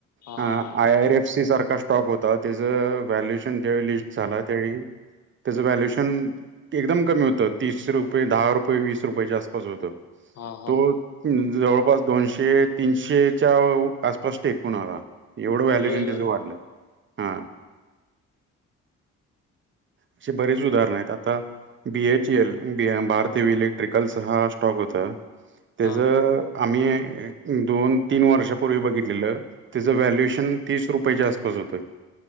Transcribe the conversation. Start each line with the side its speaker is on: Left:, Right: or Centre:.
Left: हा हा
Right: ह य आर एफ सी सरकार स्टॉप होता त्याचं व्हॅल्युएशन ज्या लिस्ट झाला त्यावेळी त्याचं व्हॅल्युएशन एकदम कमी होतं तीस रुपये दहा रुपये वीस रुपयाच्या आसपास होतं
Left: हा हा
Right: तो जवळपास दोनशे तीनशेच्या आसपास टेकून आला एवढं व्हॅल्यूशन
Left: होय
Right: त्याच
Left: काय
Right: वाढलं हा असे बरेच उदाहरण आहेत आता B H L Bharti heavy electrical हा स्टॉक होता त्याच
Left: हा
Right: आम्ही दोन तीन वर्षापूर्वी बघितलेलं त्याचं व्हॅल्युएशन तीस रुपयाच्या आसपास होतं